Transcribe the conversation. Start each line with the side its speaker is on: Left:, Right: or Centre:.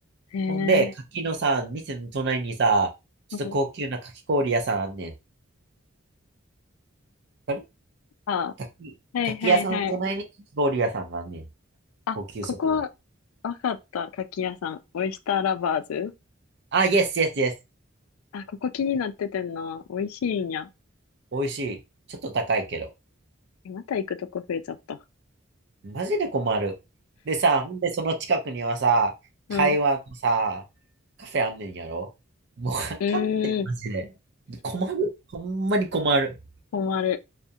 Left: へえ。
Right: ほんで、柿のさ、店の隣にさ、ちょっと高級な柿氷屋さんあんねん。
Left: うん
Right: わかる
Left: あ、
Right: 柿、
Left: はいはいはい。
Right: 柿屋さんの隣に柿氷屋さんがあんねん。
Left: あ、
Right: 高級そうな。
Left: ここ、わかった。牡蠣屋さん。オイスターラバーズ。
Right: あ、イエスイエスイエス。
Left: あ、ここ気になっててんな。美味しいんや。
Right: 美味しい。ちょっと高いけど。
Left: えまた行くとこ増えちゃった。
Right: マジで困る。でさ、ほんでその近くにはさ、
Left: うん。
Right: 台湾のさ、カフェあんねんやろもうあかんって、
Left: うーん。
Right: マジで。困る。ほんまに困る。
Left: 困る。